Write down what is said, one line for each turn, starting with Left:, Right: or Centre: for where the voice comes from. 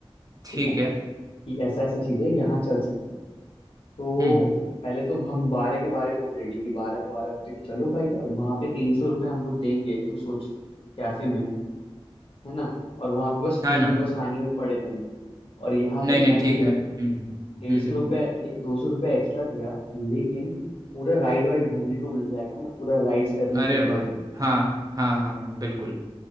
Left: ठीक
Right: ठीक
Left: है
Right: है
Left: कि ऐसा ऐसा चीज़ है यहाँ चल सकते हैं तो
Right: हम्म हम्म
Left: पहले तो हम बारह के बारह लोग रेडी कि बारह के बारह तो कि चलो भाई अब वहाँ पे तीन सौ रुपये हम लोग देंगे तू सोच कैफे में है ना और वहां पे बस पूल
Right: हाँ ना
Left: में बस पानी में पड़े रहेंगे और यहाँ
Right: नहीं
Left: पे जाएंगे
Right: नहीं ठीक है हम्म
Left: डेढ़
Right: हम्म
Left: सौ
Right: हम्म,
Left: रुपये दो सौ रुपये एक्स्ट्रा दिया लेकिन पूरा राइड वाइड घूमने को मिल जाएगा ना पूरा राइड्स करने
Right: अरे
Left: को
Right: वाह
Left: मिलेगा
Right: हाँ हाँ हाँ हाँ बिल्कुल